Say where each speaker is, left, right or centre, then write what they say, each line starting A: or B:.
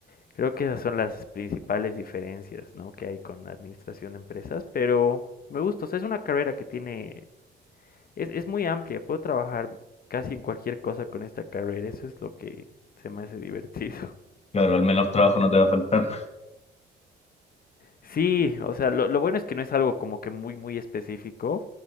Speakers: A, on the left (about 50°); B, on the left (about 30°).
A: Creo que esas son las principales diferencias, ¿no? que hay con la administración de empresas, pero me gusta, o sea, es una carrera que tiene, es, es muy amplia, puedo trabajar casi en cualquier cosa con esta carrera, eso es lo que se me hace divertido. <laughs>
B: Claro, al menos trabajo no te va a faltar.
A: Sí, o sea, lo, lo bueno es que no es algo como que muy, muy específico,